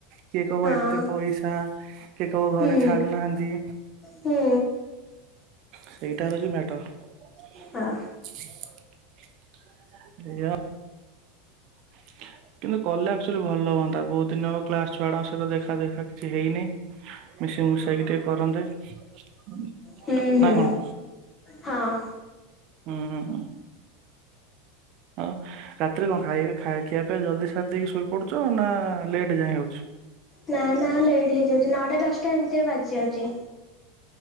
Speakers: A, on the right (about 55°); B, on the left (about 25°).
A: କିଏ କହିବ
B: ହଁ
A: ଏତେ ପଇସା କିଏ କହିବ ଘରେ
B: ହୁଁ
A: ଛାଡୁନାହାନ୍ତି
B: ହୁଁ
A: ସେଇଟା ହଉଛି ମ୍ୟାଟର।
B: ହଁ
A: ଆଜ୍ଞା। <inaudible> କିନ୍ତୁ କଲେ ଆକ୍ଚୁଆଲି ଭଲ ହୁଅନ୍ତା ବହୁତ ଦିନ ହେବ କ୍ଲାସ ଛୁଆଡଙ୍କ ସହିତ ଦେଖା ଦେଖା କିଛି ହେଇନି। ମିଶି ମୁଶାଇକି ଟିକେ କରନ୍ତେ। ନା
B: ହୁଁ ହୁଁ
A: କଣ?
B: ହଁ
A: ହୁଁ ହଁ ରାତିରେ କଣ ଖାଇବେ ଖିଆପିଆ ପିଇବା ଜଲ୍ଦି ସାରି ଦେଇକି ଶୋଇପଡ଼ୁଛ। ନା ଲେଟ୍ ଯାଇଏଁ ହେଉଛି?
B: ନା ନା ଲେଟ୍ ହେଇଯାଉଛି ନଅଟା ଦଶଟା ଏମିତିରେ ବାଜିଯାଉଚି।